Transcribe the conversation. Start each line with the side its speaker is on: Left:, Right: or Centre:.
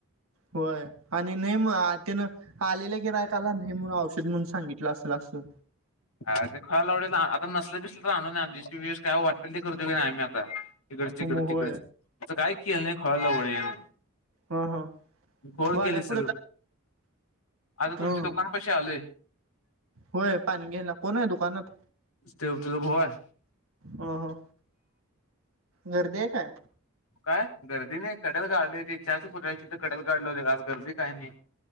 Right: होय आणि नाही म त्यान आलेलं गिरायकाला नाही म्हणून औषध म्हणून सांगितलं असल असं
Left: हा ते खुळ्या लवड्याच आता नसल बिसल तर आणून अँड जस्ट बिष्ट काय वाटेल ते करतोय मी कायम आता तिकड हिकड
Right: मग
Left: तिकडच
Right: होय
Left: त्या काय केलं नाही खुळ्या लवड्याच्यान
Right: ह ह
Left: घोळ
Right: वाड्या
Left: केलय
Right: पुढे
Left: सगळ आता
Right: ह
Left: तुमच्या दुकान पशी आलोय
Right: होय पाणी घ्यायला कोण हाय दुकानात
Left: देवतेचा भाऊ हाय
Right: ह ह गर्दी आहे काय
Left: काय गर्दी नाही कडल गाडी लावली ते चहाच्या पुतळा हित कडला गाडी लावल्या आज गर्दी काय नाही.